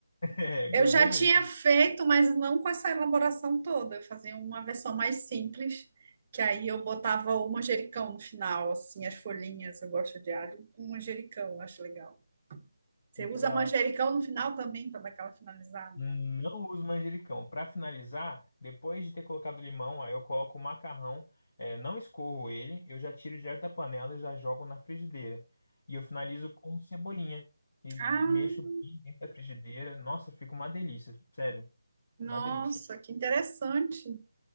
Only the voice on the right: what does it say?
Eu já tinha
feito, mas não com essa elaboração toda. Eu fazia uma versão mais simples, que aí eu botava o manjericão no final, assim, as folhinhas. Eu gosto de alho com manjericão, eu acho legal. Você
usa manjericão no final também para dar aquela finalizada.
Ah,
nossa,
que interessante.